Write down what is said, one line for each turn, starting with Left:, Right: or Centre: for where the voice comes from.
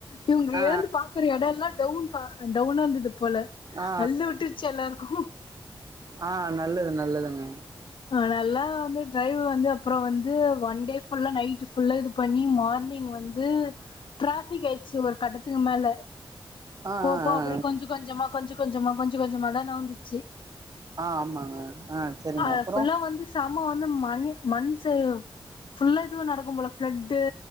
Left: இவுங்க
Right: ஆ
Left: எழுந்து பாக்குற எட எல்லா டவுன் பா அன் டவுனா இந்தது போல
Right: ஆ ஆ
Left: அல்லு உட்ருச்சு எல்லாருக்கு
Right: ஆ நல்லது நல்லதுங்க
Left: ஆ நல்லா வந்து டரைவ் வந்து அப்றொ வந்து ஒன் டே ஃபுல்லா நைட்டு ஃபுல்லா இது பண்ணி மார்னிங் வந்து ட்ராஃபிக் ஆயிச்சு ஒரு கட்டத்துக்கு மேல
Right: ஆ
Left: போப்போ
Right: ஆ ஆ
Left: அப்ற கொஞ்ச கொஞ்சமா கொஞ்ச கொஞ்சமா கொஞ்ச கொஞ்சமா தா நவுந்துச்சு
Right: ஆ ஆமாங்க ஆ சேரிங்க
Left: அது
Right: அப்ப
Left: ஃபுல்லா வந்து சம வந்து மண் மண் ச ஃபுல்லா‌ இதுவ நடக்கும் போல ஃப்ளட்டு